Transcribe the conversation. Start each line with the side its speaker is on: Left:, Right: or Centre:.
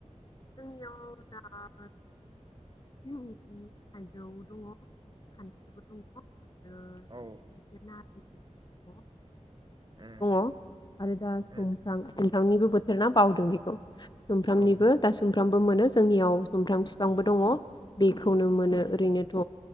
Left: जोंनियाव <unintelligible> <unintelligible> थाइजौ दंङ खान <unintelligible> <unintelligible> दंङ
Right: औ उम
Left: आरो दा सुमफ्रां
Right: उम
Left: थांनिबो बोथोर ना बावदों बेखौ सुफ्रामनिबो
Right: औ
Left: दा बो मोनो जोंनियाव औ सुमफ्राम बिफांबो दंङ बेखौनो मोनो ओरैनोथ